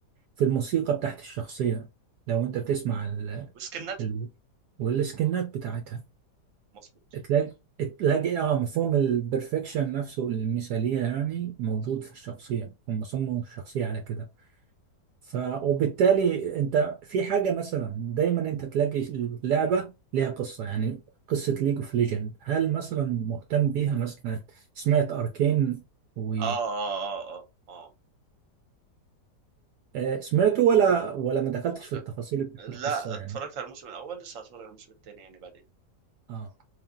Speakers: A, on the right; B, on the right.
A: في الموسيقى بتاعت الشخصية لو انت بتسمع ال...
B: وسكنتها
A: ال... والسكنات بتاعتها
B: مظبوط
A: تلاقي تلاقي اه مفهوم البرفكشن نفسه المثالية يعني موجود في الشخصية هم صمموا الشخصية على كده ف وبالتالي انت في حاجة مثلا دايما انت تلاقي اللعبة ليها قصة يعني قصة ليج اوف ليجند هل مثلا مهتم بيها مثلا سمعت اركين و
B: اه اه اه اه, آه.
A: آه، سمعته ولا ولا ما دخلتش
B: سمعت
A: في التفاصيل بتاعت
B: لا
A: القصة يعني
B: اتفرجت على الموسم الاول لسه هتفرج على الموسم الثاني يعني بعدين
A: اه